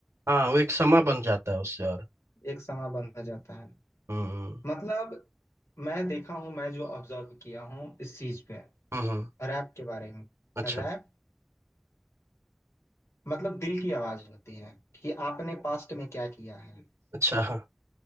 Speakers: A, on the right; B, on the left.
A: हाँ वो एक समा बन जाता है उससे और
B: एक समय बंद हो जाता है
A: हम्म
B: मतलब मैं देखा हूँ मैं जो ऑब्जर्व किया हूँ इस चीज पे
A: हम्म हम्म,
B: रैप के बारे में
A: अच्छा
B: रैप मतलब दिल की आवाज होती है कि आपने पास्ट में क्या किया है
A: अच्छा हाँ